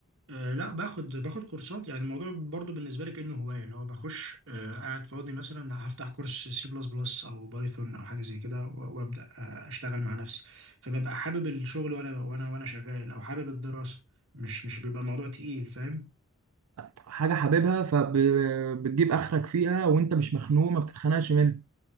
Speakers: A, on the right; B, on the right.
A: آه لا باخد باخد كورسات يعني الموضوع برضو بالنسبة لي كأنه هواية اللي هو بخش آه قاعد فاضي مثلا هفتح كورس سي بلس بلس أو بايثون أو حاجة زي كده و- وأبدأ آه أشتغل مع نفسي فببقى حابب الشغل وأنا وأنا وأنا شغال أو حابب الدراسة مش مش بيبقى الموضوع تقيل فاهم
B: حاجه حاببها فبتجيب اخرك فيها وانت مش مخنوق ما بتتخنقش منها